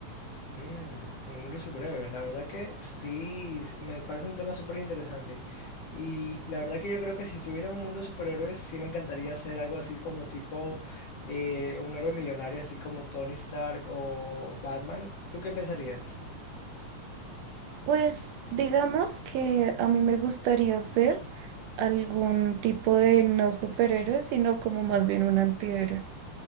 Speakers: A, on the left; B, on the right.
A: Mm, en el mundo de superhéroes, la verdad que sí, s- me parece un tema súper interesante. Y la verdad que yo creo que si estuviera en un mundo de superhéroes, sí me encantaría hacer algo así como tipo eh, un héroe millonario, así como Tony Stark o Batman. ¿Tú qué pensarías?
B: Pues digamos que a mí me gustaría ser algún tipo de no superhéroe, sino como más bien un antihéroe.